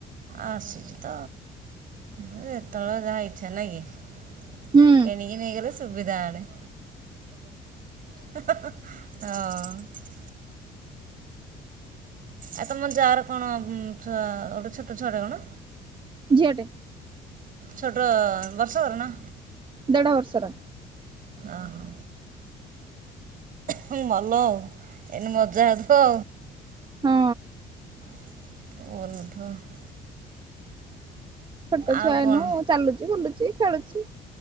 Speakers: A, on the right; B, on the right.
A: ଆସିଛି ତ। ହଁ ଯେତେଳେ ଯାହା ଇଛା ନୁହେକି
B: ହୁଁ
A: କିଣିକି ନେଇଗଲେ ସୁବିଧା ହେଣେ। ହଁ ଆଉ ତମ ଯାରକଣ ଛୁଆ ଗୋଟେ ଛୋଟ ଛୁଆଟେ କଣ?
B: ଝିଅଟେ
A: ଛୋଟ ବର୍ଷକରନା
B: ଦେଢ଼ ବର୍ଷର
A: ଆ ହୋ ହଁ ଭଲ ଏଇନେ ମଜା ହଉଥିବ।
B: ହଁ।
A: <unintelligible>
B: ଛୋଟ
A: ଆଉ
B: ଛୁଆ ହେଇନୁ
A: କ'ଣ
B: ଚାଲୁଛି ବୁଲୁଛି ଖେଳୁଛି